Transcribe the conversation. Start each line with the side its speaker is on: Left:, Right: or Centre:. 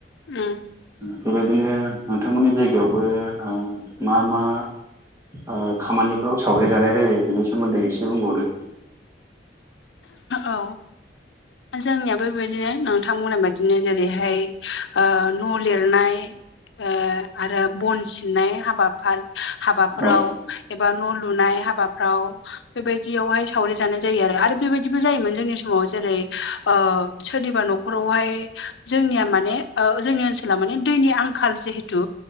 Left: ओम।
Right: बेबायदिनो नोंथांमोननि जायगायावबो ओ मा मा ओ खामानिफ्राव सावरि जानाय जायो बिनि सोमोन्दै एसे बुंबावदो।
Left: औ जोंनियाबो बेबायदिनो नोंथां बुंनाय बायद दिनो जेरैहाय ओ न' लिरनाय ओ आरो बन सिननाय हाबाफार हाबाफोराव
Right: औ
Left: एबा न' लुनाय हाबा गाव बेबायदियावहाय सावरि जानाय जायो आरो। आरो बेबायद दिबो जायोमोन जोंनि समाव ओ जेरै सोरनिबा न'खरावहाय जोंनिया माने ओ जोंनि ओनसोला माने दैनि आंखाल जिहेथु